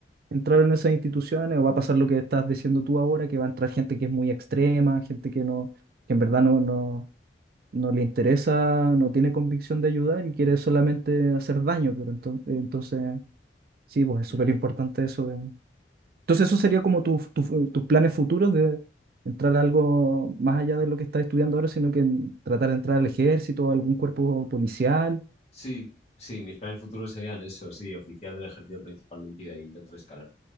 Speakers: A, on the right; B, on the left.
A: entrar en esas instituciones o va a pasar lo que estás diciendo tú ahora, que va a entrar gente que es muy extrema, gente que no, que en verdad no, no, no le interesa, no tiene convicción de ayudar y quiere solamente hacer daño, pero entonces, entonces Sí, pues es súper
B: <laughs>
A: importante eso entonces, eso sería como tus tus- tus planes futuros de entrar a algo más allá de lo que estás estudiando ahora, sino que en- tratar de entrar al ejército, a algún cuerpo policial.
B: Sí, sí, mis planes futuros serían eso, sí, oficial del ejército principalmente y de ahí intentar escalar.